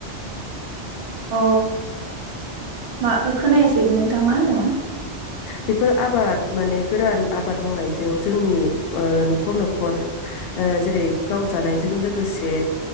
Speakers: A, on the right; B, on the left.
A: अ मा खोनायासै नोंथां मा होनदोंमोन?
B: बेफोर आबाद माने गोरान आबाद मावनायजों जोंनि ओ न'खर न'खर ओ जेरै गावजानायजों लोगोसे